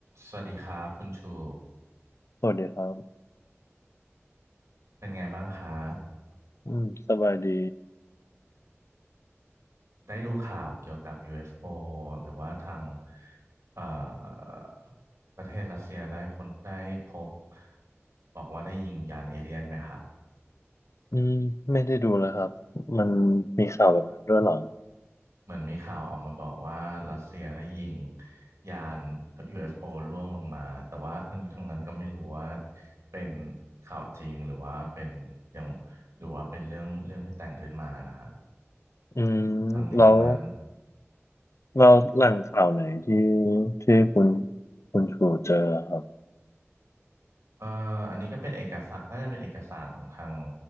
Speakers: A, on the right; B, on the left.
A: สวัสดีครับคุณชู
B: สวัสดีครับ
A: เป็นไงบ้างครับ
B: อืมสบายดี
A: ได้ดูข่าวเกี่ยวกับ UFO หรือว่าทางเอ่อประเทศรัสเซียได้คนได้พบบอกว่าได้ยิงยานเอเลี่ยนไหมครับ
B: อืมไม่ได้ดูแล้วครับ มันมีข่าวแบบนั้นด้วยเหรอ
A: เหมือนมีข่าวออกมาบอกว่ารัสเซียได้ยิงยาน UFO ล่วงลงมาแต่ว่าทั้งนี้ทั้งนั้นก็ไม่รู้ว่าเป็นข่าวจริงหรือว่าเป็นอย่างหรือว่าเป็นเรื่องเรื่องที่แต่งขึ้นมานะครับ
B: อืม
A: ทั้งนี้ทั้งนั้น
B: แล้วเราแหล่งข่าวไหนที่ที่คุณคุณชูเจอครับ
A: เอ่ออันนี้ก็เป็นเอกสารน่าจะเป็นเอกสารของทาง